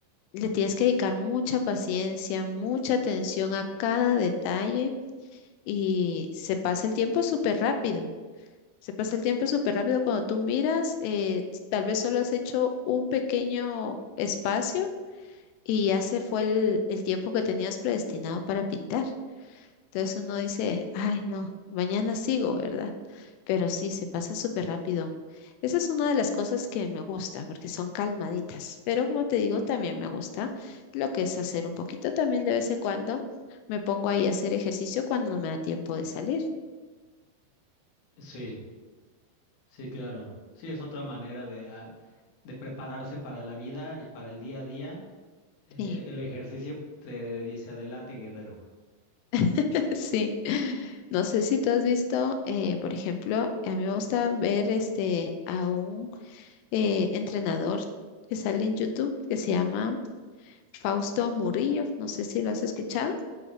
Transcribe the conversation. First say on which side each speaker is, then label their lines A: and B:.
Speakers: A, on the left; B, on the left.
A: le tienes que dedicar mucha paciencia, mucha atención a cada detalle y se pasa el tiempo súper rápido. Se pasa el tiempo súper rápido cuando tú miras, eh, tal vez solo has hecho un pequeño espacio y ya se fue el, el tiempo que tenías predestinado para pintar. Entonces uno dice, ay, no, mañana sigo, ¿verdad? Pero sí, se pasa súper rápido. Esa es una de las cosas que me gusta, porque son calmaditas. Pero como te digo, también me gusta lo que es hacer un poquito también de vez en cuando. Me pongo ahí a hacer ejercicio cuando no me da tiempo de salir.
B: Sí. Sí, claro. Sí, es otra manera de, al- de prepararse para la vida y para el día a día. Eh,
A: Sí,
B: el ejercicio te dice adelante, guerrero.
A: <laughs> sí. No sé si tú has visto, eh, por ejemplo, a mí me gusta ver este a un eh, entrenador que sale en YouTube que se llama Fausto Murillo. No sé si lo has escuchado.